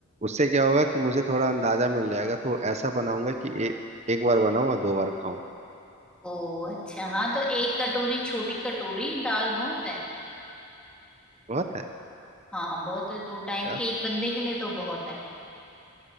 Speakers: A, on the right; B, in the centre.
A: उससे क्या होगा कि मुझे थोड़ा अंदाजा मिल जाएगा तो ऐसा बनाऊंगा कि ए, एक बार बनाऊं और दो बार खाऊं
B: ओ अच्छा हाँ तो एक कटोरी छोटी कटोरी दाल बहुत है
A: बहुत है
B: हाँ बहुत है दो टाइम
A: अच्छा
B: एक बंदे के लिए तो बहुत है